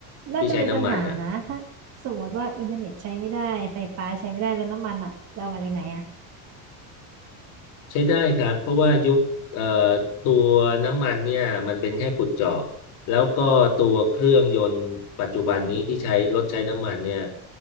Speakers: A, on the right; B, on the left.
A: น่าจะมีปัญหานะถ้าสมมติว่าอินเทอร์เน็ตใช้ไม่ได้ไฟฟ้าใช้ไม่ได้แล้วน้ำมันอ่ะจะเอามาจากไหนอ่ะ
B: ที่ใช้น้ำมันอ่ะ ใช้ได้ครับเพราะว่ายุคเอ่อตัวน้ำมันเนี่ยมันเป็นแค่ขุดเจาะแล้วก็ตัวเครื่องยนต์ปัจจุบันนี้ที่ใช้รถใช้น้ำมันเนี่ย